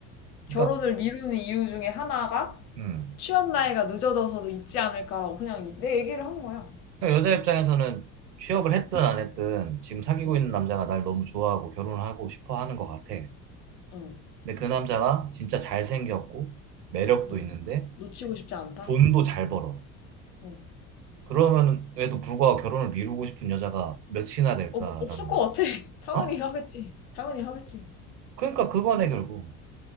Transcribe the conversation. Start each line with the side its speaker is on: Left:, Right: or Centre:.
Left: 결혼을
Right: 그러니까,
Left: 미루는 이유 중에 하나가
Right: 음.
Left: 취업 나이가 늦어져서도 있지 않을까라고 그냥 내 얘기를 한 거야.
Right: 그러니까 여자 입장에서는 취업을
Left: 어,
Right: 했든 안 했든 지금 사귀고
Left: 어.
Right: 있는 남자가 날 너무 좋아하고 결혼하고 싶어 하는 것 같아.
Left: 어,
Right: 근데 그 남자가 진짜 잘생겼고 매력도
Left: 응,
Right: 있는데
Left: 놓치고 싶지 않다?
Right: 돈도 잘 벌어.
Left: 어.
Right: 그러면은 에도 불구하고 결혼을 미루고 싶은 여자가 몇이나 될까라는
Left: 없 없을 것
Right: 거.
Left: 같아. <laughs> 당연히
Right: 어?
Left: 하겠지. 당연히 하겠지.
Right: 그러니까 그거네 결국.